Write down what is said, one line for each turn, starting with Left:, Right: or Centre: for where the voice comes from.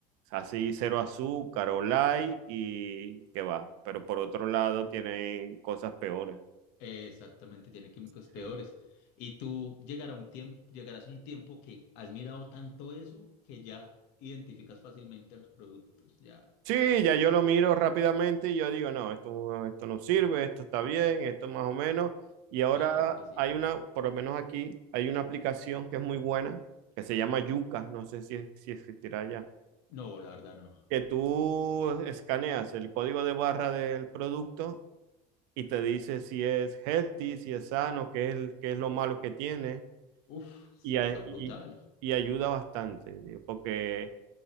Right: así cero azúcar o light y que va, pero por otro lado tienen cosas peores.
Left: Exactamente, tiene químicos
Right: Sí.
Left: peores. Y tú llegará un tiempo, llegarás a un tiempo que has mirado tanto eso que ya identificas fácilmente los productos, ya.
Right: Sí, ya yo lo miro rápidamente y yo digo, no, esto, esto no sirve, esto está bien, esto más o menos. Y ahora
Left: Claro que sí.
Right: hay una, por lo menos aquí, hay una aplicación que es muy buena, que se llama Yuka, no sé si, si existirá ya,
Left: No, la verdad no.
Right: que tú escaneas el código de barra del producto y te dice si es healthy, si es sano, qué es, el- qué es lo malo que tiene
Left: Uf, se
Right: y, a-
Left: está brutal.
Right: y- y ayuda bastante, tío, porque